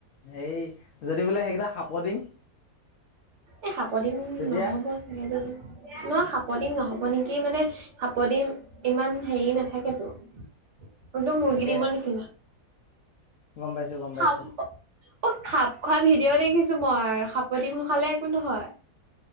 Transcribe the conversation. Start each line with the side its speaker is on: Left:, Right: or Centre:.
Left: হেৰি যদি বোলে সেইকেইটা সাপৰ ডিম।
Right: এ সাপ ডিম
Left: তেতিয়া
Right: নহ'ব চাগে দেই, ন সাপৰ ডিম নহ'ব নেকি মানে সাপৰ ডিম ইমান হেৰি নেথাকেতো। একদম মুৰ্গী
Left: তাকে
Right: ডিমৰ নিচিনা।
Left: গম পাইছো গম পাইছো
Right: সাপ অ', সাপ খোৱা ভিডিঅ' দেখিছো মই, সাপৰ ডিম খালে একো নহয়।